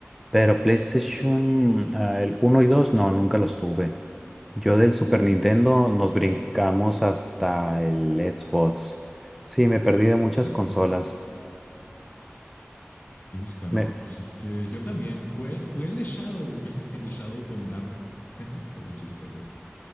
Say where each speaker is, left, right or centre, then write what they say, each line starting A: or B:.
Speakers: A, in the centre; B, on the left.
A: pero PlayStation ah, el uno y 2 no, nunca los tuve. Yo del Super Nintendo
B: Ay,
A: nos
B: qué
A: brincamos
B: feo.
A: hasta el Xbox. Sí, me perdí de muchas
B: Ok.
A: consolas.
B: Listo, no,
A: Me-
B: pues es que yo también jugué, jugué el de Shadow, <laughs> el Shadow con armas. <laughs> Estuvo chistoso eso.